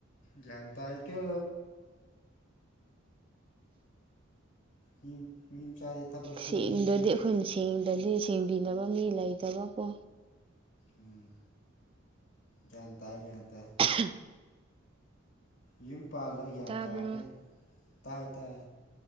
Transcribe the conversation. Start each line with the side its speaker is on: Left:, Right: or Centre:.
Left: ꯒ꯭ꯌꯥꯟ ꯇꯥꯏꯀꯣ ꯃꯤ ꯃꯤ ꯃꯆꯥꯗꯤ ꯊꯕꯛ ꯁꯨꯅꯤꯡꯉꯤꯀꯣ
Right: ꯁꯦꯡꯗꯗꯤ ꯑꯩꯈꯣꯏꯅ ꯆꯦꯡꯗꯗꯤ ꯊꯦꯡꯕꯤꯅꯕ ꯃꯤ ꯂꯩꯇꯕꯀꯣ
Left: ꯎꯝ ꯒꯌ꯭ꯥꯟꯇꯥꯏ ꯒꯌ꯭ꯥꯟꯇꯥꯏ
Right: <inaudible>
Left: ꯌꯨꯝ ꯄꯥꯜꯂꯒꯒꯌꯥꯟ
Right: ꯇꯥꯕ꯭ꯔꯣ
Left: ꯇꯥꯔꯦ ꯇꯥꯏ ꯇꯥꯏ